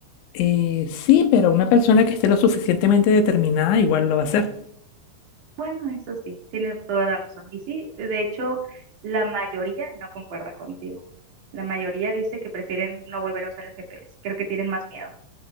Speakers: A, on the left (about 85°); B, on the right (about 50°).
A: Eh, sí, pero una persona que esté lo suficientemente determinada igual lo va a hacer.
B: Bueno, eso sí, tienes toda la razón. Y sí, de hecho, la mayoría no concuerda contigo. La mayoría dice que prefieren no volver a usar el GPS. Creo que tienen más miedo.